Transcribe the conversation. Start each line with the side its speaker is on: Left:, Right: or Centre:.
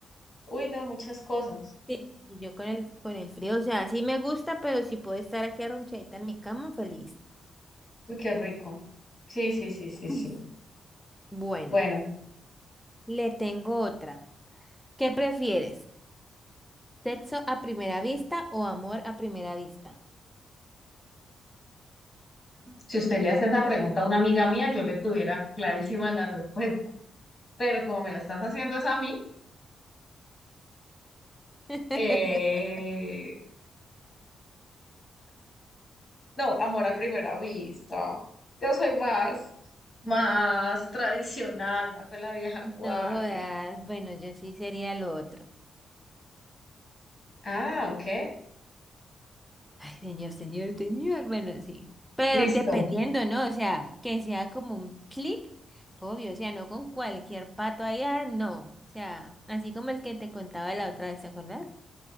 Left: Uy, no, muchas cosas.
Centre: Sí, sí, sí, yo con el, con el frío, o sea, sí me gusta, pero si puedo estar aquí arronchadita en mi cama, feliz. <clears throat>
Left: Uy, qué rico. Sí, sí, sí, sí, sí.
Centre: Mm. Bueno,
Left: Bueno,
Centre: le tengo otra. ¿Qué prefieres? ¿Sexo a primera vista o amor a primera vista?
Left: si usted le hace esa pregunta a una amiga mía, yo le tuviera clarísima la respuesta. Pero como me la estás haciendo es a mí,
Centre: <laughs>
Left: eh, no, amor a primera vista. Yo soy más, más tradicional, más de la vieja
Centre: No
Left: guardia.
Centre: jodas, bueno, yo sí sería lo otro.
Left: Ah, ok.
Centre: Ay, señor, señor, señor, bueno, sí. Pero
Left: Listo.
Centre: dependiendo, ¿no? O sea, que sea como un clic, obvio, o sea, no con cualquier pato allá, no. O sea, así como el que te contaba la otra vez, ¿te acuerdas?